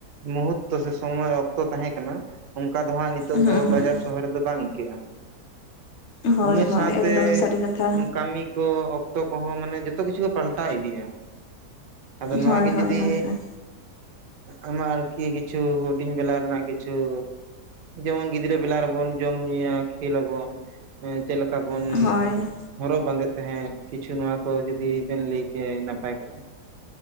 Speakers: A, on the right; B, on the left.
A: ᱢᱩᱦᱩᱨᱛᱚ ᱥᱮ ᱥᱚᱢᱚᱭ ᱚᱠᱛᱚ ᱛᱟᱦᱮᱸ ᱠᱟᱱᱟ ᱚᱝᱠᱟ ᱫᱚ ᱦᱟᱸᱜ ᱱᱤᱛᱚᱜ
B: ᱦᱩᱸ
A: ᱫᱚ
B: ᱦᱩᱸ
A: ᱵᱟᱡᱟᱨ ᱠᱚᱨᱮ ᱫᱚ ᱵᱟᱝ ᱟᱹᱠᱟᱹᱜᱼᱟ ᱾
B: ᱦᱳᱭ
A: ᱩᱢᱮᱨ
B: ᱦᱳᱭ
A: ᱥᱟᱶᱛᱮ
B: ᱮᱠᱫᱚᱢ ᱥᱟᱹᱨᱤ ᱠᱟᱛᱷᱟ
A: ᱠᱟᱹᱢᱤ ᱠᱚ ᱚᱠᱛᱚ ᱠᱚᱦᱚᱸ ᱢᱟᱱᱮ ᱡᱚᱛᱚ ᱠᱤᱪᱷᱩ ᱠᱚ ᱯᱟᱞᱴᱟᱣ ᱤᱫᱤᱜᱼᱟ ᱾ ᱟᱫᱚ ᱱᱚᱣᱟ
B: ᱦᱳᱭ
A: ᱜᱮ
B: ᱦᱳᱭ
A: ᱡᱩᱫᱤ
B: ᱦᱳᱭ ᱦᱳᱭ
A: ᱟᱢᱟᱜ ᱟᱨᱠᱤ ᱠᱤᱪᱷᱩ ᱦᱩᱰᱤᱧ ᱵᱮᱞᱟ ᱨᱮᱱᱟᱜ ᱠᱤᱪᱷᱩ ᱡᱮᱢᱚᱱ ᱜᱤᱫᱽᱨᱟᱹ ᱵᱮᱞᱟ ᱵᱚᱱ ᱡᱚᱢ ᱧᱩᱭᱟ ᱠᱷᱮᱞᱟᱵᱚᱱ ᱮᱸ ᱪᱮᱫ ᱞᱮᱠᱟ ᱵᱚᱱ
B: ᱦᱳᱭ
A: ᱦᱚᱨᱚᱜ ᱵᱟᱸᱫᱮᱜ ᱛᱟᱦᱮᱸᱫ ᱠᱤᱪᱷᱩ ᱱᱚᱣᱟ ᱠᱚ ᱡᱩᱫᱤ ᱵᱮᱱ ᱞᱟᱹᱭ ᱠᱮᱭᱟ ᱱᱟᱯᱟᱭ ᱠᱚᱜᱼᱟ ᱾